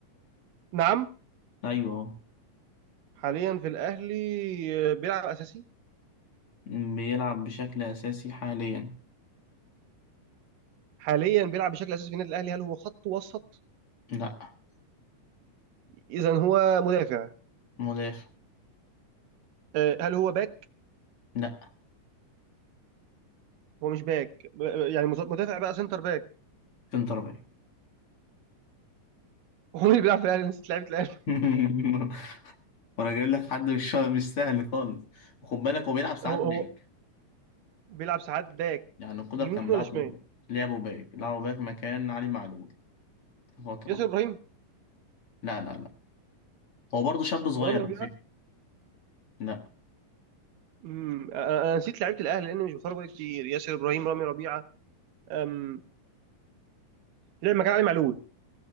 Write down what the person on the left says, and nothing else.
ايوه
مم، بيلعب بشكل اساسي حاليا
لا
مدافع
لا
سنتر باك
<laughs> وانا جايب لك حد مش <laughs> مش سهل خالص وخد بالك هو بيلعب ساعات
باك
يعني القدر
كان بعته
لعبه باك لعبه باك مكان علي معلول في فترة
لا لا لا هو برضه شاب صغير
على فكرة لا